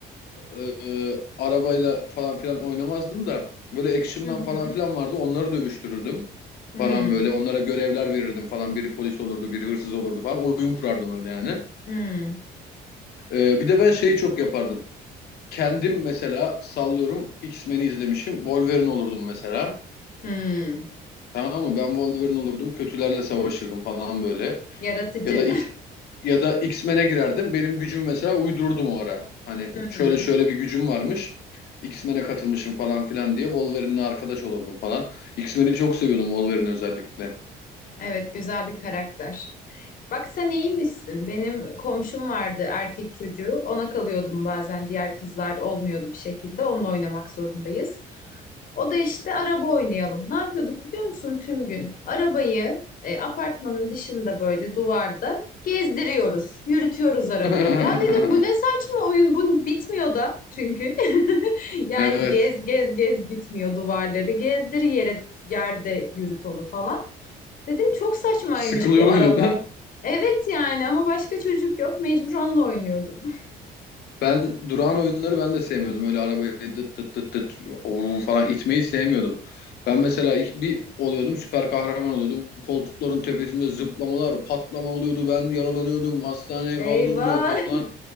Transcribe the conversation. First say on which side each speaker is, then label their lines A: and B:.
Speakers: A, on the left; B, on the left.
A: e, arabayla falan filan oynamazdım da böyle Action
B: Hı
A: Man
B: hı.
A: falan filan vardı onları dövüştürürdüm
B: Hmm.
A: falan böyle onlara görevler verirdim falan biri polis olurdu biri hırsız olurdu falan oyun kurardım öyle yani.
B: Hmm.
A: E, bir de ben şeyi çok yapardım. Kendim mesela sallıyorum X-Men'i izlemişim Wolverine olurdum mesela.
B: Hmm.
A: Tamam mı? Ben Wolverine olurdum, kötülerle savaşırdım falan böyle.
B: Yaratıcı.
A: Ya da X- ya da X-Men'e girerdim. Benim gücümü mesela uydururdum o ara. Hani
B: <laughs> Hı hı.
A: şöyle şöyle bir gücüm varmış. X-Men'e katılmışım falan filan diye Wolverine'le arkadaş olurdum falan. X-Men'i çok seviyordum Wolverine özellikle.
B: Evet güzel bir karakter. Bak sen iyiymişsin. Benim komşum vardı erkek çocuğu. Ona kalıyordum bazen. Diğer kızlar olmuyordu bir şekilde. Onunla oynamak zorundayız. O da işte araba oynayalım. Ne yapıyorduk biliyor musun tüm gün? Arabayı e, apartmanın dışında böyle duvarda gezdiriyoruz. Yürütüyoruz arabayı.
A: <laughs>
B: Ya dedim bu ne saçma oyun. Bu bitmiyor da çünkü. <laughs> Yani
A: Evet.
B: gez gez gez bitmiyor duvarları. Gezdir yere yerde yürüt onu falan. Dedim çok saçmaymış
A: Sıkılıyor
B: bu
A: muydun?
B: araba.
A: <laughs>
B: Evet yani ama başka çocuk yok. Mecbur onunla oynuyordum. <laughs>
A: Ben durağan oyunları ben de sevmiyordum. Öyle arabayı dıt dıt dıt dıt oo falan itmeyi sevmiyordum. Ben mesela ilk bir oluyordum süper kahraman oluyordum. Koltukların tepesinde zıplamalar, patlama oluyordu. Ben yaralanıyordum, hastaneye
B: Eyvah.
A: kaldırılıyorum falan.